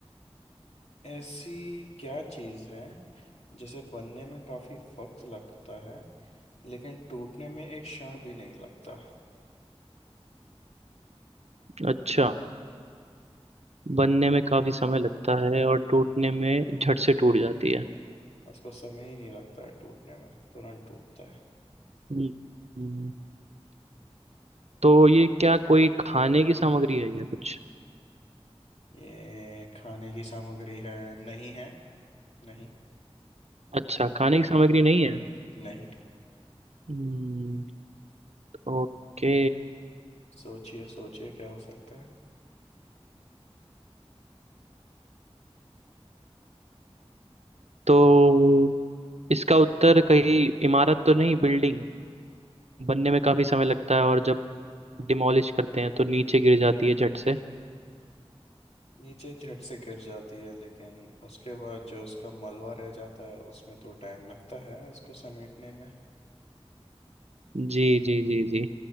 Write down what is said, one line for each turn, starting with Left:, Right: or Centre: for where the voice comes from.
Left: ऐसी क्या चीज है जिसे बनने में काफी वक्त लगता है लेकिन टूटने में एक क्षण भी नहीं लगता
Right: अच्छा बनने में काफी समय लगता है और टूटने में झट से टूट जाती है
Left: उसको समय ही नहीं लगता है टूटने में तुरंत टूटता है
Right: हम्म, हम्म, तो ये क्या कोई खाने की सामग्री है या कुछ
Left: ये खाने की सामग्री है नहीं है नहीं
Right: अच्छा खाने की सामग्री नहीं है
Left: नहीं
Right: हम्म, ओके
Left: सोचिए सोचिए क्या हो सकता है
Right: तो इसका उत्तर कहीं इमारत तो नहीं बिल्डिंग बनने में काफी समय लगता है और जब डिमोलिश करते हैं तो नीचे गिर जाती है झट से
Left: नीचे झट से गिर जाती है लेकिन उसके बाद जो उसका मलबा रह जाता है उसमें तो टाइम लगता है उसको समेटने में
Right: जी जी जी जी